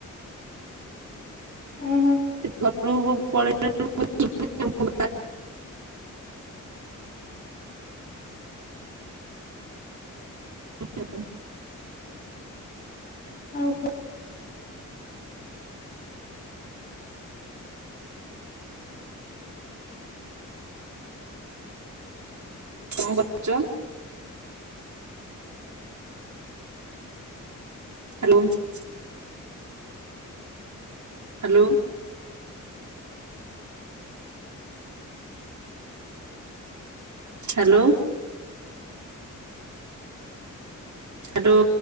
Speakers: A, on the left (about 30°); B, on the right (about 60°).
A: ଓ ହୋ।
B: ଘରକୁ ଯୋଉ ପଳେଇଲା ବେଳକୁ <unintelligible> ହଁ <inaudible>
A: ଓଉହୋ <inaudible>
B: କଣ କରୁଛ? ହଁ ହ୍ୟାଲୋ। Hello <inaudible> hello. ହାଲୋ